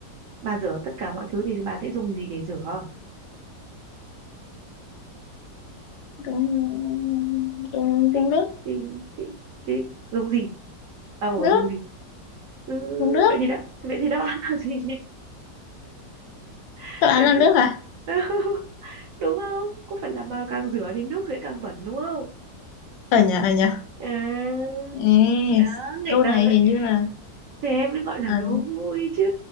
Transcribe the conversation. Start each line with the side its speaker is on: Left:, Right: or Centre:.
Right: bà rửa tất cả mọi thứ thì bà sẽ dùng gì để rửa
Left: trong trong
Right: tinh
Left: trong nước
Right: tinh tinh tinh dùng gì À, bà bảo
Left: nước
Right: dùng gì ừ,
Left: trong nước
Right: vậy thì đáp vậy thì đáp án là gì <laughs>
Left: tôi ăn
Right: vậy
Left: là
Right: thì
Left: nước
Right: đáp...
Left: à
Right: <laughs> đúng không có phải là bà càng rửa thì nước sẽ càng bẩn đúng không
Left: ở nhà ở nhà
Right: à,
Left: yes.
Right: à người
Left: câu
Right: ta
Left: này
Right: vậy
Left: hình như là
Right: thế mới gọi là
Left: à,
Right: đố vui chứ